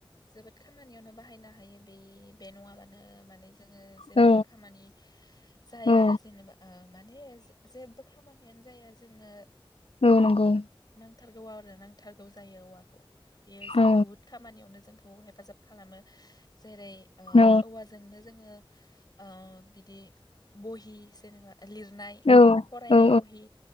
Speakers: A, on the left; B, on the left.
A: जोबोद खामानियावनो बाहायनो हायो बे बे नंङाबानो माने जोंङ जेबो
B: औ
A: खामानि जाया
B: औ
A: आरो जेनेबा ओ माने जे-जेबो खामानि निया‌नो जाया जोंङो
B: औ नंगौ
A: नांथारगौ आरो नांथारगौ जायो औवाखौ बेयो जो
B: औ
A: बुहुत खामानियावनो जोंखौ हेफाजाब खालामो जेरै ओ
B: औ
A: औवाजोंनो जोंङो ओ बिदि बहि जेनेबा लिरनाय
B: औ
A: फरायनाय
B: औ
A: बहि